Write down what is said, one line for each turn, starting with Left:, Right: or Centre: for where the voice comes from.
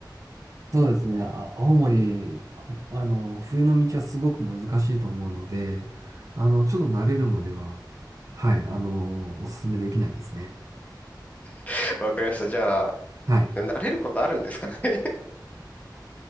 Right: そうですね。あ、青森、ほあの、冬の道はすごく難しいと思うので、あの、ちょっと慣れるまでは、はい、あの、おすすめできないですね。
Left: <laughs> わかりました。じゃあ、
Right: はい。
Left: 慣れることあるんですかね <laughs>